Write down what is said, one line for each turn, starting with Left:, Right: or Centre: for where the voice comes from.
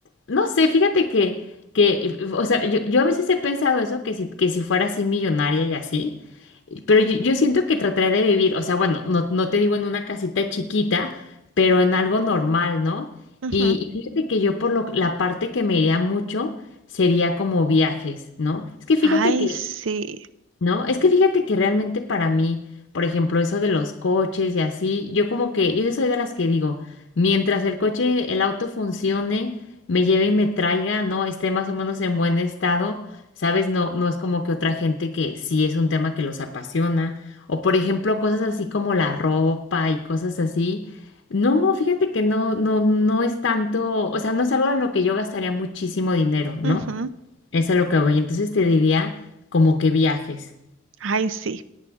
Left: no sé, fíjate que, que, o sea, yo, yo a veces he pensado eso, que si, que si fuera así millonaria y así, pero yo, yo siento que trataré de vivir, o sea, bueno, no, no te digo en una casita chiquita, pero en algo normal, ¿no?
Right: Ujú.
Left: Y, y fíjate que yo por lo, la parte que me iría mucho sería como viajes, ¿no? Es que fíjate
Right: Ay,
Left: que
Right: sí.
Left: ¿no? Es que fíjate que realmente para mí, por ejemplo, eso de los coches y así, yo como que, yo soy de las que digo, mientras el coche, el auto funcione, me lleve y me traiga, ¿no? Esté más o menos en buen estado, ¿sabes? No, no es como que otra gente que sí es un tema que los apasiona, o por ejemplo, cosas así como la ropa y cosas así. No, fíjate que no, no, no es tanto, o sea, no es algo en lo que yo gastaría muchísimo dinero, ¿no?
Right: Ujú.
Left: Eso es a lo que voy. Entonces te diría como que viajes.
Right: Ay, sí.